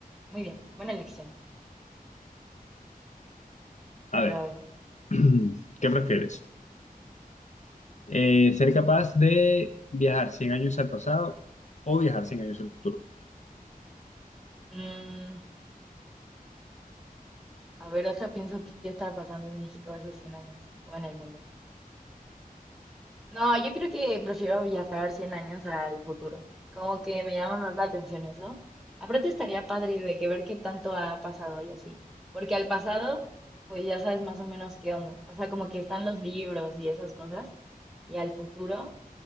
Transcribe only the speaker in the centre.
Muy bien, buena elección.
Pero
a ver.
ujú.
Mm, a ver, deja, pienso qué estaba pasando en México hace 100 años o en el mundo. No, yo creo que prefiero viajar 100 años al futuro. Como que me llama más la atención eso. Aparte estaría padre de que ver qué tanto ha pasado y así. Porque al pasado, pues ya sabes más o menos qué onda. O sea, como que están los libros y esas cosas. Y al futuro,